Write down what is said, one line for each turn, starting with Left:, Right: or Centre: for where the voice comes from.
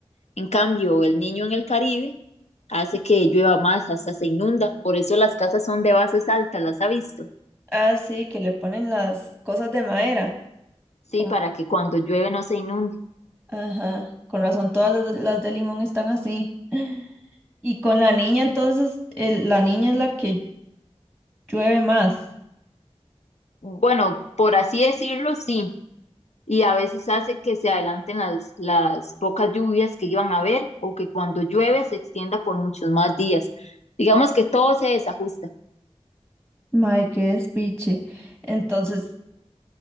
Left: En cambio, el niño en el Caribe hace que llueva más, hasta se inunda. Por eso las casas son de bases altas, ¿las ha visto?
Centre: Ah, sí, que le ponen las cosas de madera.
Left: Sí,
Centre: como-
Left: para que cuando llueve no se inunde.
Centre: Ajá. Con razón todas las, las de limón están así. <gasps> <sighs> Y con la niña entonces, el- la niña es la que llueve más.
Left: Bueno, por así decirlo, sí. Y a veces hace que se adelanten las, las pocas lluvias que iban a haber o que cuando llueve se extienda por muchos más días. Digamos que todo se desajusta.
Centre: Mae, qué despiche. Entonces,